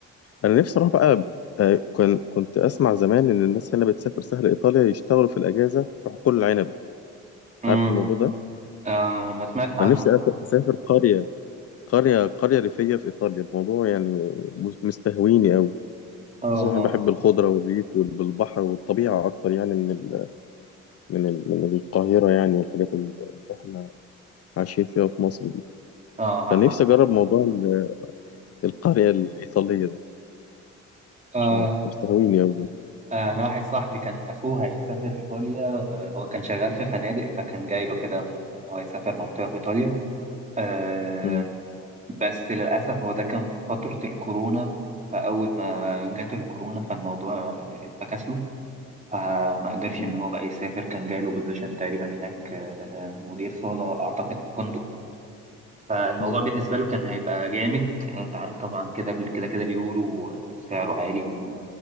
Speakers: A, on the left (about 50°); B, on the right (about 25°).
A: أنا نفسي أروح بقى آه، كان كنت أسمع زمان إن الناس هنا بتسافر سهل إيطاليا يشتغلوا في الأجازة في حقول العنب
B: امم
A: عارف الموضوع ده
B: آه ما سمعتش عنه
A: فنفسي
B: الصراحة.
A: أسافر قرية قرية قرية ريفية في إيطاليا الموضوع يعني مز- مستهويني أوي
B: اه
A: خصوصا
B: انا
A: أنا بحب الخضرة والريف والبحر والطبيعة أكتر يعني من ال من ال من القاهرة يعني والحاجات اللي إحنا عايشين فيها في مصر دي
B: اه
A: فنفسي
B: حصل
A: أجرب موضوع ال- القرية الإيطالية ده
B: آه
A: مش عارف مستهويني أوي
B: آه، انا واحد صاحبي كان اخوه هيسافر ايطاليا آه، هو كان شغال في فنادق فكان جاي له كده ان هو يسافر منطقة في ايطاليا آه
A: مم.
B: بس للأسف هو ده كان في فترة الكورونا فأول ما جات الكورونا فالموضوع اتفكس له فما قدرش
A: مم.
B: إن هو بقى يسافر كان جاي له بوزيشن تقريبا هناك آه، مدير صالة أعتقد في فندق فالموضوع
A: مم.
B: بالنسبة له كان هيبقى جامد أنت عارف طبعا كده كده كده اليورو سعره عالي